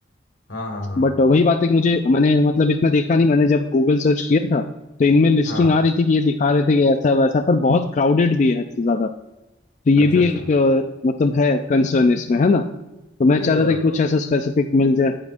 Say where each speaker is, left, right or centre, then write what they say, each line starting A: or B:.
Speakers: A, on the left (about 85°); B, on the left (about 40°).
A: हाँ हाँ हाँ
B: बट वही बात है कि मुझे मैंने मतलब इतना देखा नहीं मैंने जब गूगल सर्च किया था तो इनमें लिस्टिंग
A: हाँ
B: आ रही थी कि ये दिखा रहे थे कि ऐसा वैसा पर बहुत क्राउडेड भी है हद से ज्यादा तो ये
A: अच्छा
B: भी
A: अच्छा
B: एक अ, मतलब है कंसर्न इसमें है ना तो
A: नहीं
B: मैं चाह
A: सर
B: रहा था कि कुछ ऐसा स्पेसिफिक मिल जाए